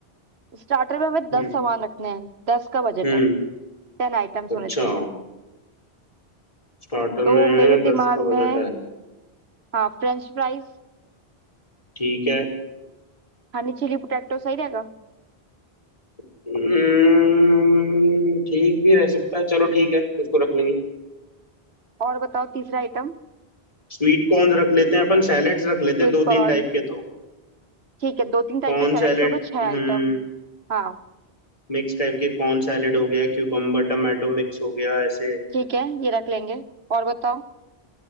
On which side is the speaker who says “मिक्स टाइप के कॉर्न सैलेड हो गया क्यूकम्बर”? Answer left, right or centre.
Left